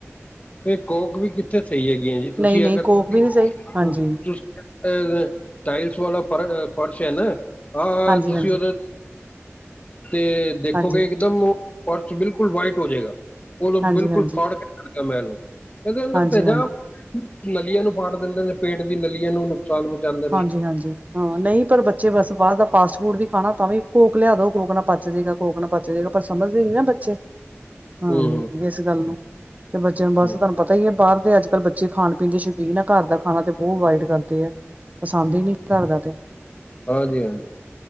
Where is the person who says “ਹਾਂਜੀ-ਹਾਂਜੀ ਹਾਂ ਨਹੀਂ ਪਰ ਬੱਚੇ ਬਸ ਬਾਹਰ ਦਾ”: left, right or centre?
Right